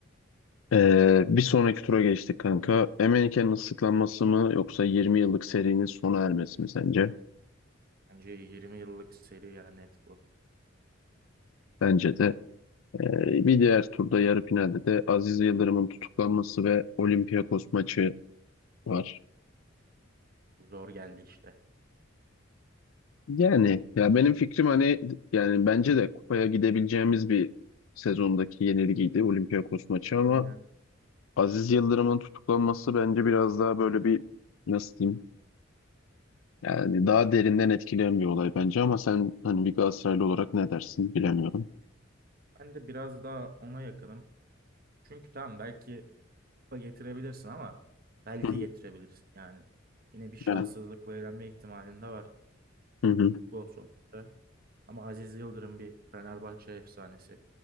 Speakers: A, on the left (about 80°); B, on the right (about 45°).
A: Ee, bir sonraki tura geçtik kanka. Emenike'nin ıslıklanması mı yoksa 20 yıllık serinin sona ermesi mi sence?
B: Bence 20 yıllık seri ya net bu.
A: Bence de. Ee, bir diğer turda yarı finalde de Aziz Yıldırım'ın tutuklanması ve Olympiakos maçı var.
B: Zor geldi işte.
A: Yani ya benim fikrim hani yani bence de kupaya gidebileceğimiz bir sezondaki yenilgiydi Olympiakos maçı ama
B: Aynen.
A: Aziz Yıldırım'ın tutuklanması bence biraz daha böyle bir nasıl diyeyim Yani daha derinden etkileyen bir olay bence ama sen hani bir Galatasaraylı olarak ne dersin bilemiyorum.
B: Ben de biraz daha ona yakınım. Çünkü tamam belki kupa getirebilirsin ama belki
A: Hı hı.
B: getirebilirsin yani. Yine bir şanssızlıkla
A: Ben,
B: elenme ihtimalin de var
A: hı hı.
B: futbol sonuçta. Ama Aziz Yıldırım bir Fenerbahçe efsanesi.